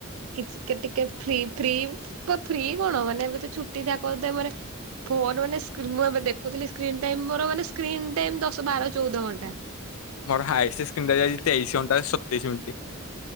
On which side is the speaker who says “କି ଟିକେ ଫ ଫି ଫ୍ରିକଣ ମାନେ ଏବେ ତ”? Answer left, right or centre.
Right